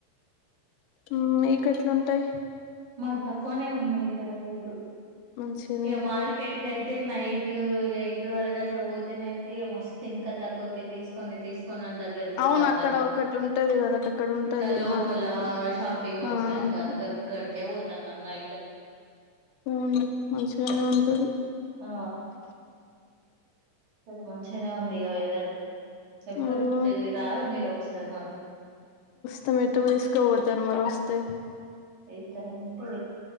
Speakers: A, on the left; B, on the right.
A: హ్మ్ మీకెట్లుంటాయి.
B: మాకు తక్కువనే ఉన్నాయి. ఇక్కడ రేటు
A: మంచిగానే
B: ఇగ
A: మరి
B: మార్కెట్కియితే. అయితే నైట్ ఎయిట్ వరకు అట్లా పోతేనయితే. మస్తు ఇంకా తక్కువకే తీసుకోండి తీసు. కోనండాన్ని దగ్గరికి ఊరికి
A: అవును
B: వో త్తరు,
A: అక్కడ ఒకటి ఉంటది కదా అక్కడ ఉంటది
B: ఇంకా లోపల
A: మార్కెట్
B: షాపింగ్ మాల్స్
A: ఆ అవును
B: ఏ. కల్ గ క్కడికి కే పోతున్నాం నైట్.
A: అవునా మంచిగానే ఉంటాయి.
B: ఆ ఇవాళ మంచిగానే ఉంది ఇగ వెదరు. ఎప్పుడ
A: అవును
B: జిల్ది రారు మీరు ఒకసారి మరి
A: ట్ వ తీసుకో పోతారు ంత
B: ఎటంటే